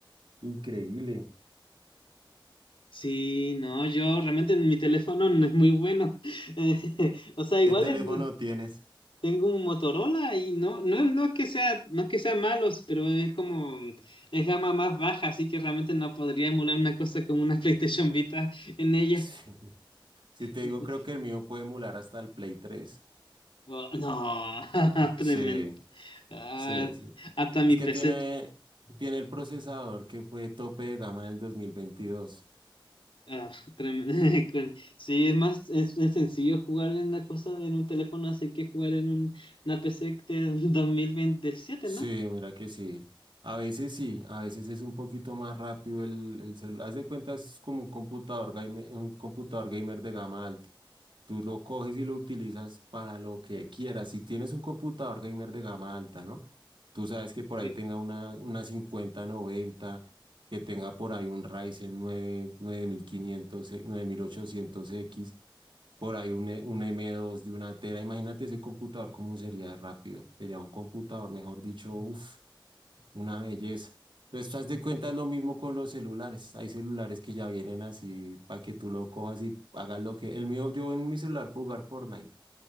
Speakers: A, on the right; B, on the left.
A: increíble.
B: Sí, no, yo realmente mi teléfono no es muy bueno. <laughs> O sea, igual
A: ¿Qué teléfono
B: es.
A: tienes?
B: Tengo un Motorola y no, no, no es que sea, no es que sean malos, pero es como, mm, es gama más baja, así que realmente no podría emular una cosa como una <laughs> PlayStation Vita en ella.
A: <laughs> Si te
B: <laughs>
A: digo, creo que el mío puede emular hasta el Play 3.
B: Oh, no, <laughs> tremendo.
A: Sí,
B: Ah,
A: sí, sí.
B: hasta mi
A: Es que
B: PC.
A: tiene, tiene el procesador que fue tope de gama en el dos mil veintidós
B: ah, trem- <laughs> con- Sí, es más, es, es sencillo jugar en una cosa en un teléfono, así que jugar en un, una PC del 2027,
A: Sí,
B: ¿no?
A: mira que sí. A veces sí, a veces es un poquito más rápido el, el celular. Haz de cuenta, es como un computador gamer, un computador gamer de gama alta. Tú lo coges y lo utilizas para lo que quieras. Si tienes un computador gamer de gama alta, ¿no? Tú sabes que por ahí
B: Sí.
A: tenga una, una cincuenta noventa que tenga por ahí un Ryzen nueve nueve mil quinientos nueve mil ochocientos x por ahí un, E- un M2 de una tera. Imagínate ese computador cómo sería rápido. Sería un computador, mejor dicho, uff, una belleza. Pero estás de cuenta es lo mismo con los celulares. Hay celulares que ya vienen así para que tú lo cojas y hagas lo que... El mío, yo en mi celular puedo jugar Fortnite